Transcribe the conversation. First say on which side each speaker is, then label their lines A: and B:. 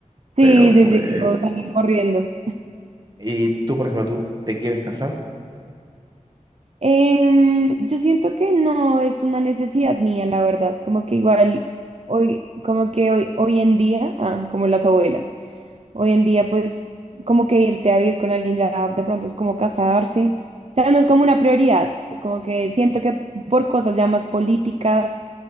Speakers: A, on the right (about 50°); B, on the right (about 30°).
A: Sí,
B: pero
A: sí,
B: pues...
A: sí, digo, sale corriendo.
B: ¿Y tú, por ejemplo, tú te quieres casar?
A: Em, yo siento que no es una necesidad mía, la verdad. Como que igual hoy, como que hoy, hoy en día, ah, como las abuelas, hoy en día, pues, como que irte a vivir con alguien ya de pronto es como casarse. O sea, no es como una prioridad. Como que siento que por cosas ya más políticas